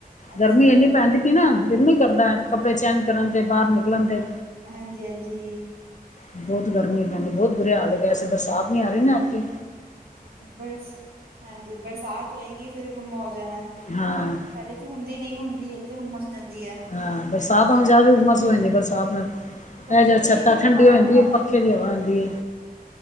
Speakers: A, on the right; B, on the left.
A: ਅੱਛਾ
B: ਗਰਮੀ ਇੰਨੀ ਪੈਂਦੀ ਨਾ ਦਿਲ ਨਹੀਂ ਕਰਦਾ ਕੱਪੜੇ ਚੇਂਜ ਕਰਨ ਤੇ ਬਾਹਰ ਨਿਕਲਣ ਤੇ
A: ਹੈਂਜੀ-ਹੈਂਜੀ
B: ਬਹੁਤ ਗਰਮੀ ਪੈਂਦੀ ਬਹੁਤ ਬੁਰੇ ਹਾਲ ਐਸੇ ਬਰਸਾਤ ਨੀ ਆ ਰਹੀ ਨਾ ਇੱਥੇ
A: ਬਰ, ਹਾਂਜੀ ਬਰਸਾਤ ਹੋਏਗੀ ਫਿਰ ਗੁੰਮਾ ਹੋ ਜਾਨੈ
B: ਹਾਂ
A: ਪਹਿਲੇ ਤਾਂ ਹੁੰਦੀ ਨਹੀਂ ਹੁੰਦੀ ਹੈ ਤੇ ਹੁੰਮਾ ਸ ਜਾਂਦੀ ਹੈ
B: ਹਾਂ ਬਰਸਾਤ ਹ ਜ਼ਿਆਦਾ ਉਮਸ ਹੋਜਾਂਦੀ ਬਰਸਾਤ ਨਾਲ <unintelligible>
A: ਕੱਪੜੇ
B: ਇਹ ਜ
A: ਵੀ
B: ਛੱਤਾ
A: ਇੰਨੇ
B: ਠੰਡੀ
A: ਖਾਣ
B: ਹੋ ਜਾਂਦੀ
A: ਨੂੰ ਆਉਂਦੇ
B: ਏ ਪੱਖੇ
A: ਪਏ ਨੇ
B: ਦੀ ਹਵਾ ਆਂਦੀ ਏ,